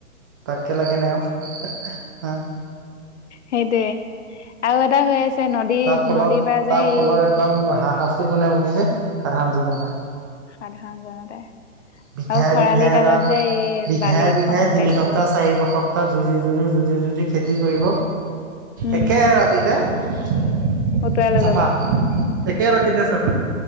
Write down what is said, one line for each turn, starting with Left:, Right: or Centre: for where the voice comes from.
Right: তাতকে লাগে নে আৰু <unintelligible>
Left: সেইটোৱেই। আৰু এটা হৈ আছে নদী
Right: তাৰ ফলত
Left: নদীৰ পৰা
Right: তাৰ
Left: যে সেই
Right: ফলত একদম হাৰা শাস্তি কোনে ভুগিছে সাধাৰণ জনতাই।
Left: সাধাৰণ জনতাই।
Right: বিঘাই
Left: আৰু খৰালি
Right: বিঘাই
Left: কালত
Right: এটা
Left: যে এই
Right: বিঘাই
Left: বালি
Right: বিঘাই
Left: খনন
Right: তিনি
Left: কাৰ্য।
Right: সপ্তাহ চাৰি সপ্তাহ যুঁজি-যুঁজি-যুঁজি-যুঁজি খেতি কৰিব
Left: উম
Right: একে ৰাতিতে <unintelligible>
Left: উটুৱাই লৈ
Right: চাফা।
Left: যাব
Right: একে ৰাতিতে চাফা।